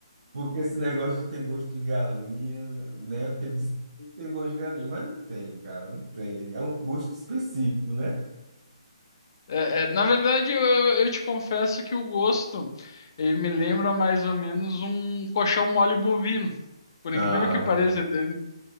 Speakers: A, on the right (about 65°); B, on the left (about 45°).
A: Porque esse negócio de tem gosto de galinha, né? Porque diz que tem gosto de galinha, mas não tem, cara, não tem. É um gosto específico, né?
B: É, é, na verdade, eu, eu te confesso que o gosto, ele me lembra mais ou menos um colchão mole bovino. Por
A: Ah,
B: incrível que pareça, entende?